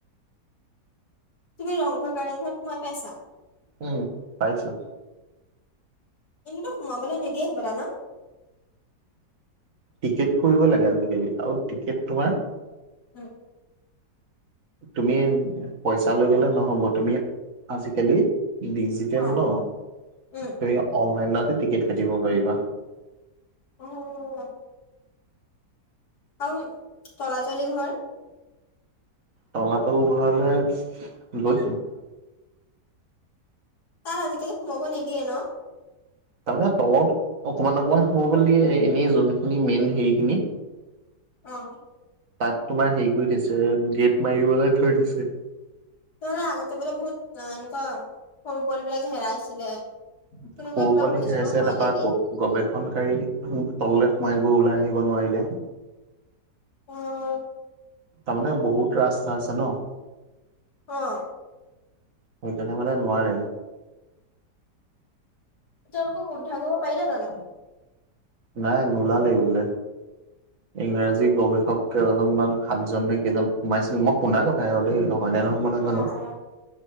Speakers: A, on the left; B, on the right.
A: তুমি ৰংঘৰ, কাৰেং ঘৰত সোমাই পাইছা?
B: উম, পাইছোঁ।
A: এণ্টো সোমাবলৈ নিদিয়ে হ'বলা ন'?
B: টিকেট কৰিব লাগে আজিকালি আৰু টিকেট তোমাৰ
A: হু।
B: তুমি পইচা লৈ গ'লে নহ'ব তুমি আজিকালি ডিজিটে
A: অ
B: ন'
A: উম
B: তুমি অনলাইনতে টিকট কাটিব পাৰিবা।
A: অ'। আৰু তলাতলি ঘৰ?
B: তলাতল ঘৰলে গৈছোঁ।
A: তাত আজিকালি সোমাব নিদিয়ে ন'?
B: তাৰমানে তলত অকমান অকমান সোমাবলৈ দিয়ে, এনেই যোনখিনি মেইন হেৰিখিনি
A: অ'।
B: তাত তোমাৰ হেৰি কৰি থৈছে, গেপ মাৰিবলৈ থৈ দিছে।
A: মানে আগতে বোলে বহুত অ' এনেুৱা সৰু পোৱালীবিলাক হেৰাইছিলে। তেনেকুৱা
B: সৰু
A: কিবা
B: পোৱালি
A: শুনিছিলো
B: খাই আছে
A: হয়
B: তাৰাপা
A: নেকি
B: গ-গৱেষণকাৰী তললৈ সোমাই গৈ ওলাই আহিব নোৱাৰিলে।
A: অ'।
B: তাৰমানে বহুত ৰাস্তা আছে ন'।
A: অ'।
B: সেইকাৰণে মানে নোৱাৰে।
A: তেওঁলোকক উদ্ধাৰ কৰিব পাৰিলে জানো?
B: নাই, নোলালেই বোলে। ইংৰাজী গৱেষক কেইজনমান সাতজন নে কেইজন সোমাইছিল, মই শুনা কথা আৰু দেই, হয় নে নহয় মই জানো,
A: অ অ